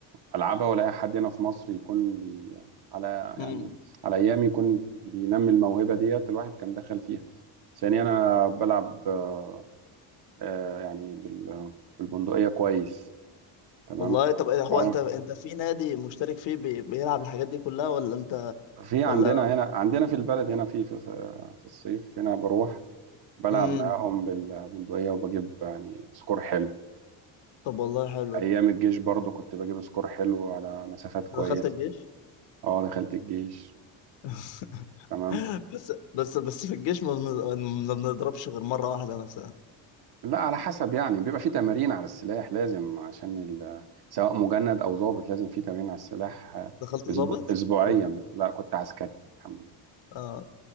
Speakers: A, on the right (about 55°); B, on the left (about 70°).
A: العبها ولا اي حد هنا في مصر يكون بي على
B: مم.
A: يعني على ايامي يكون بينمي الموهبه ديت الواحد كان دخل فيها ثانيا انا بلعب آه، آه، يعني بال- بالبندقيه كويس تمام
B: والله طب إيه هو
A: اه
B: انت انت في نادي مشترك فيه بي- بيلعب الحاجات دي كلها ولا انت
A: في عندنا
B: ولا
A: هنا عندنا في البلد هنا في في, في الصيف هنا بروح بلعب
B: امم
A: معاهم بالبندقية وبجيب يعني سكور حلو
B: طب والله حلو
A: وأيام
B: أنت
A: الجيش برضو كنت بجيب سكور حلو على مسافات كويسة
B: دخلت الجيش
A: اه دخلت الجيش
B: <laughs>
A: تمام
B: بس بس بس في الجيش ما بن- ما بنضربش غير مرة واحدة مثلا
A: لا على حسب يعني بيبقى في تمارين على السلاح لازم عشان ال... سواء مجند أو ضابط لازم في تمارين على السلاح آه،
B: دخلت ضابط
A: أسبوع... أسبوعيا
B: ولا
A: لا كنت عسكري الحمد لله
B: اه